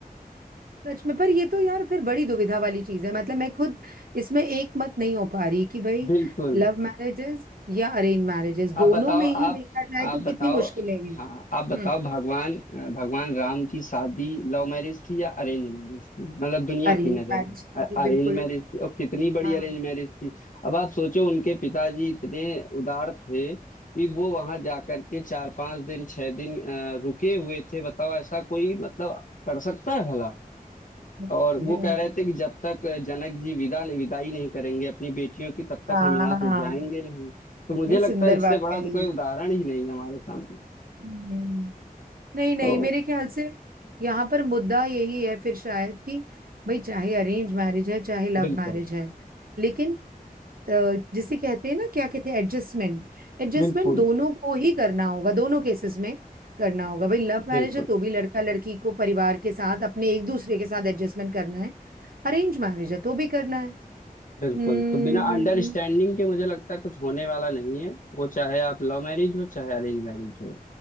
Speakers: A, on the right; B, on the left.
A: सच में पर ये तो यार फिर बड़ी दुविधा वाली चीज है मतलब मैं खुद इसमें एक मत नहीं हो पा रही कि भाई
B: हो। बिल्कुल
A: लव मैरिजेस या अरेंज मैरिजेस दोनों
B: आप बताओ
A: में
B: आप
A: ही देखा जाए
B: आप
A: तो कितनी
B: बताओ
A: मुश्किलें हैं
B: हाँ आप बताओ
A: हम्म
B: भगवान भगवान राम की शादी लव मैरिज थी या अरेंज मैरिज थी मतलब दुनिया
A: Arrange
B: की नजर
A: marriage
B: में अरेंज
A: बिल्कुल
B: मैरिज थी और कितनी बड़ी
A: हाँ
B: अरेंज मैरिज थी अब आप सोचो उनके पिताजी इतने उदार थे कि वो वहां जाकर के चार पांच दिन छह दिन अ, रुके हुए थे बताओ ऐसा कोई मतलब कर सकता है भला
A: हम्म,
B: और
A: हम्म,
B: वो कह रहे थे कि जब तक जनक जी विदा विदाई नहीं करेंगे अपनी बेटियों की तब तक
A: हाँ
B: हम यहाँ से जाएंगे नहीं तो
A: कितनी
B: मुझे लगता
A: सुंदर
B: है इससे
A: बात
B: बड़ा
A: है
B: तो
A: ये
B: कोई उदाहरण ही नहीं है हमारे सामने
A: हम्म। नहीं नहीं
B: तो
A: मेरे ख्याल से यहाँ पर मुद्दा यही है फिर शायद कि भाई चाहे अरेंज मैरिज है चाहे लव
B: बिल्कुल
A: मैरिज है लेकिन अ, जिसे कहते हैं ना क्या कहते हैं एडजस्टमेंट एडजस्टमेंट
B: बिल्कुल
A: दोनों को ही करना होगा दोनों केसेस में करना होगा भाई लव मैरिज
B: बिल्कुल
A: है तो भी लड़का लड़की को परिवार के साथ अपने एक दूसरे के साथ एडजस्टमेंट करना है अरेंज मैरिज है तो भी करना है
B: बिल्कुल
A: हम्म
B: तो बिना अंडरस्टैंडिंग के मुझे लगता है कुछ होने वाला नहीं है वो चाहे आप लव मैरिज हो चाहे अरेंज मैरिज हो